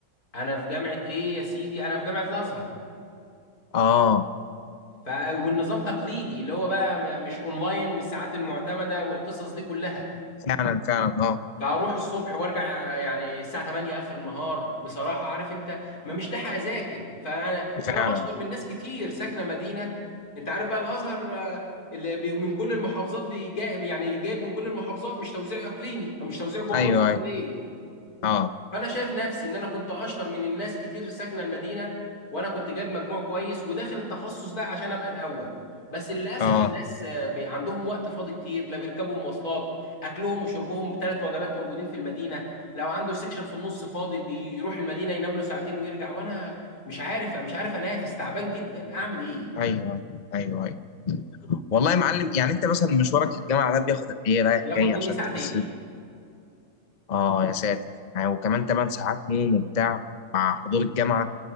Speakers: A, on the left; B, on the left.
A: أنا في جامعة إيه يا سيدي؟ أنا في جامعة الأزهر
B: اه
A: ف... والنظام تقليدي اللي هو بقى م- مش أونلاين والساعات المعتمدة والقصص دي كلها
B: فعلا فعلا اه
A: لا اروح الصبح وارجع يعني الساعه 8 اخر النهار بصراحه عارف انت ما مش لاحق اذاكر فانا
B: فعلا
A: انا اشطر من ناس كتير ساكنه مدينه انت عارف بقى الازهر آه، اللي بي- من كل المحافظات بيجا يعني جايب من كل المحافظات مش توزيع اقليمي او مش توزيع جغرافي
B: ايوه
A: ولا
B: ايوه
A: ايه
B: اه
A: فانا شايف نفسي ان انا كنت اشطر من الناس كتير ساكنه المدينه وانا كنت جايب مجموع كويس وداخل التخصص ده عشان ابقى الاول بس للاسف
B: اه
A: الناس آه، بي- عندهم وقت فاضي كتير لا بيركبوا مواصلات اكلهم وشربهم ثلاث وجبات موجودين في المدينه لو عنده سكشن في النص فاضي بيروح المدينه ينام له ساعتين ويرجع وانا مش عارف مش عارف انافس تعبان جدا اعمل ايه
B: ايوه ايوه ايوه ايوه والله يا معلم يعني انت مثلا مشوارك للجامعه ده بياخد قد ايه رايح
A: ياخد
B: جاي
A: مني
B: عشان
A: ساعتين
B: تحس ب- اه يا ساتر يعني وكمان 8 ساعات نوم وبتاع مع حضور الجامعه